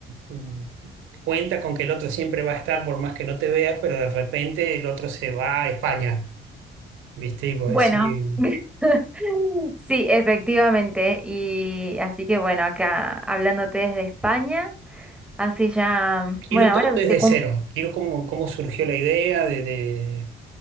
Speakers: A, on the right; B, in the centre.
A: mm, cuenta con que el otro siempre va a estar por más que no te veas, pero de repente el otro se va a España, ¿viste? Y vos
B: Bueno,
A: decís,
B: <laughs> sí, efectivamente. Y así que bueno, acá hablándote desde España. Así ya,
A: quiero
B: bueno, ahora
A: todo
B: que
A: desde
B: se cumple.
A: cero, quiero cómo, cómo surgió la idea de, de